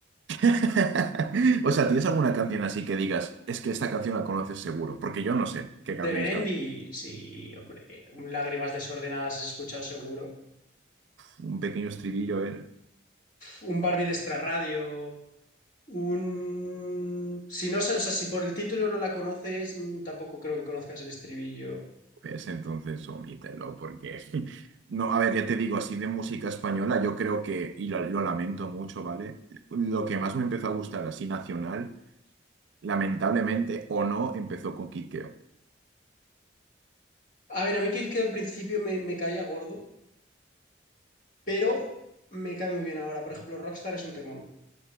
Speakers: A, on the right (about 75°); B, on the left (about 45°).
A: <laughs> O sea, ¿tienes alguna canción así que digas, es que esta canción la conoces seguro? Porque yo no sé qué canciones
B: De Melendi,
A: cantan.
B: sí, hombre. un Lágrimas desordenadas has escuchado seguro.
A: un pequeño estribillo era.
B: Un Barbie de extrarradio. Un. Si no, o sea, si por el título no la conoces, mm, tampoco creo que conozcas el estribillo.
A: Pues entonces omítelo, porque. <laughs> No, a ver, ya te digo, así de música española, yo creo que, y lo, lo lamento mucho, ¿vale? Lo que más me empezó a gustar así nacional, lamentablemente o no, empezó con Quiqueo.
B: A ver, a mí que, que al principio me, me caía gordo, pero me cae muy bien ahora. Por ejemplo, Rockstar es un temón.